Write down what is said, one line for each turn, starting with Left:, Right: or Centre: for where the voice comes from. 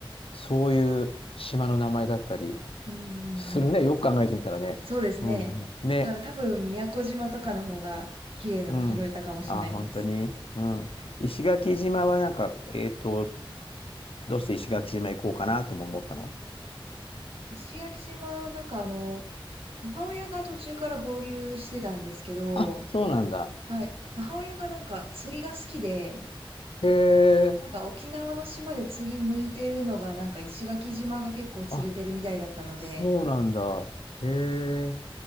Left: そういう島の名前だったり
Right: うんうんうん。
Left: するね。よく考えてみたらね。
Right: そうですね。
Left: うん、うん。ね。
Right: だから多分宮古島とかの方が綺麗なの拾えたかもしれないです。
Left: うん。あ、本当に。うん。石垣島はなんか、えっと、どうして石垣島行こうかなとも思ったの
Right: 石垣島、なんかあの、母親が途中から合流してたんですけど、
Left: あ、そうなんだ。
Right: はい。母親がなんか釣りが好きで、
Left: へえ、
Right: なんか沖縄の島で釣り向いてるのがなんか石垣島が結構釣れてるみたいだったので、
Left: あ、そうなんだ。へえ、